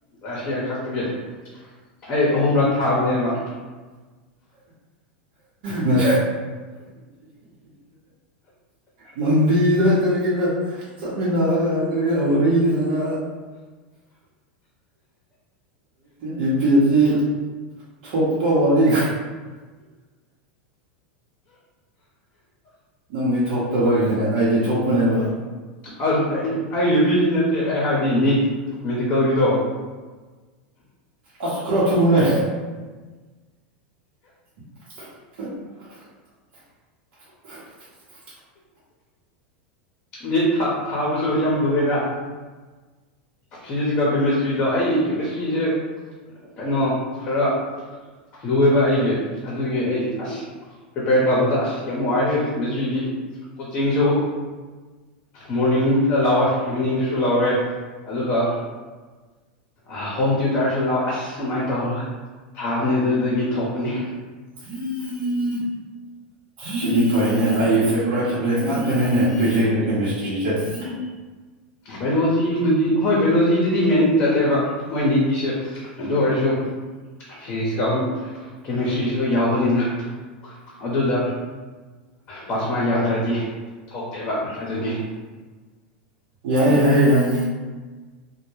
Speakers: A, on the left; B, on the right.
A: ꯂꯁꯤꯈꯛꯇꯒꯤ ꯑꯩ ꯑꯍꯨꯝꯔꯛ ꯊꯥꯕꯅꯦꯕ
B: ꯅ ꯂꯝꯝꯕꯤ ꯖ ꯀꯔ ꯆꯠꯃꯤꯅꯥ ꯀ ꯋꯥꯔꯤ ꯋꯥꯔꯤ ꯂꯅ ꯌꯨ ꯄꯤ ꯑꯦꯁ ꯁꯤ ꯊꯄꯛꯇ ꯋꯥꯔꯤ ꯅꯪꯗꯤ ꯊꯣꯛꯇꯕꯒꯤꯅꯦ ꯑꯩꯗꯤ ꯊꯣꯛꯄꯅꯦꯕ
A: ꯑꯁ ꯑꯩ ꯑꯩ ꯌꯨ ꯄꯤ ꯁꯤ ꯅꯠꯇꯦ ꯑꯩ ꯍꯥꯏꯗꯤ ꯅꯤꯠ ꯃꯦꯗꯤꯀꯦꯜꯒꯤꯗꯣ
B: ꯑꯁ ꯈꯔꯣ ꯊꯨꯅꯦ ꯍ
A: ꯅ ꯊ ꯊꯥꯕꯁꯨ ꯌꯥꯝ ꯂꯨꯋꯦ ꯊꯥ ꯐꯤꯖꯤꯛꯁꯀ ꯀꯦꯃꯤꯁꯇ꯭ꯔꯤꯗ ꯑꯩ ꯀꯦꯃꯤꯁꯇ꯭ꯔꯤꯁꯦ ꯀꯩꯅꯣ ꯈꯔ ꯂꯣꯏꯕ ꯑꯩꯒꯤ ꯑꯗꯨꯒꯤ ꯑꯩ ꯑꯁ ꯄ꯭ꯔꯤꯄꯦꯌꯔ ꯇꯧꯕꯗ ꯑꯁ ꯌꯥꯝ ꯋꯥꯔꯦ ꯃꯦꯁꯇ꯭ꯔꯤꯗꯤ ꯀꯣꯆꯤꯡꯁꯨ ꯃꯣꯔꯅꯤꯡꯗ ꯂꯥꯎꯋꯦ ꯏꯚꯤꯅꯤꯡꯗꯨꯁꯨ ꯂꯥꯎꯔꯦ ꯑꯗꯨꯒ ꯑ ꯍꯣꯝ ꯇ꯭ꯌꯨꯇꯔꯁꯨ ꯂꯥꯛꯑꯣ ꯑꯁ ꯁꯨꯃꯥꯏꯅ ꯇꯧꯈ꯭ꯔ ꯊꯥꯕꯅꯦ ꯑꯗꯨꯗꯒꯤ ꯊꯣꯛꯄꯅꯦ
B: ꯎꯝ ꯁꯤꯗꯤ ꯐꯩꯅꯦ ꯑꯩꯒꯤ ꯐꯦꯚꯣꯔꯥꯏꯠ ꯁꯕꯖꯦꯛ ꯉꯥꯛꯇꯅꯤꯅꯦ ꯐꯤꯖꯤꯛꯁ ꯀꯦꯃꯤꯁꯇ꯭ꯔꯤꯁꯦ ꯎꯝ
A: ꯕꯥꯏꯑꯣꯂꯣꯖꯤꯕꯨꯗꯤ ꯍꯣꯏ ꯕꯥꯏꯑꯣꯂꯣꯖꯤꯗꯗꯤ ꯃꯦꯟ ꯆꯠꯂꯦꯕ ꯃꯣꯏꯅꯤꯠꯒꯤꯁꯦ ꯑꯗꯨ ꯑꯣꯏꯔꯁꯨ ꯐꯤꯖꯤꯛꯁꯀ ꯀꯦꯃꯤꯁꯇ꯭ꯔꯤꯁꯨꯒ ꯌꯥꯎꯕꯅꯤꯅ ꯑꯗꯨꯗ ꯄꯥꯁꯃꯥ ꯌꯥꯎꯗ꯭ꯔꯗꯤ ꯊꯣꯛꯇꯦꯕ ꯑꯗꯨꯒꯤ
B: ꯌꯥꯏ ꯌꯥꯏꯌꯦ ꯌꯥꯏ